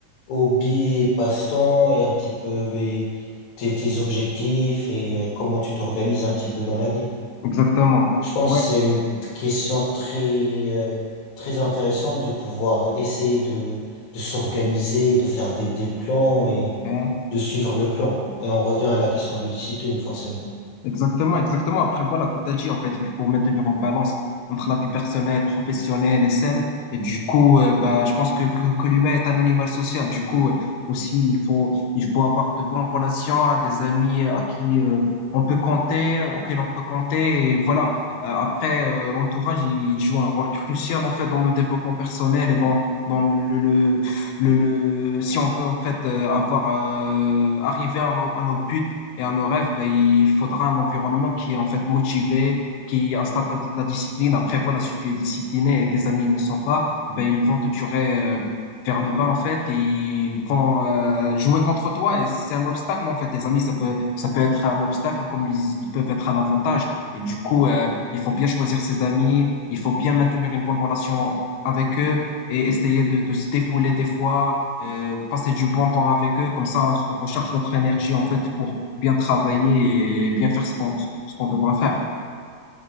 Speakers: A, on the left (about 65°); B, on the left (about 85°).
A: hobby et passe-temps et un petit peu les, tes, tes objectifs et euh, comment tu t'organises un petit peu dans la vie.
B: exactement.
A: Je pense
B: Ouais.
A: que c'est une question très, euh, très intéressante de pouvoir essayer de, de s'organiser, de faire des, des plans et
B: ouais.
A: de suivre le plan. Et on revient à la question de discipline, forcément.
B: Exactement, exactement. Après, voilà, comme tu as dit, en fait, il faut maintenir une balance entre la vie personnelle, professionnelle et saine. Et du coup, euh, bah, je pense que, que, que l'humain est un animal social. Du coup, euh, aussi, il faut, il faut avoir de bonnes relations, hein, des amis euh, à qui euh, on peut compter, euh, auxquels on peut compter. Et voilà. Euh, après, euh, l'entourage, il joue un rôle crucial, en fait, dans le développement personnel et dans, dans le, le, le, le- si on veut, en fait, euh, avoir, euh, arriver à nos, à nos buts et à nos rêves, ben, il faudra un environnement qui est en fait motivé, qui installe ta- la discipline. Après, voilà, si tu es discipliné et tes amis ne le sont pas, ben, ils vont te tirer euh, vers le bas en fait et ils vont euh, jouer contre toi. Et c'est un obstacle en fait. Les amis, ça peut, ça peut être un obstacle comme ils, ils peuvent être un avantage. Et du coup, euh, il faut bien choisir ses amis, il faut bien maintenir une bonne relation avec eux et essayer de, de se défouler des fois, euh, passer du bon temps avec eux. Comme ça, on, on recharge notre énergie en fait pour bien travailler et bien faire ce qu'on ce qu'on devra faire.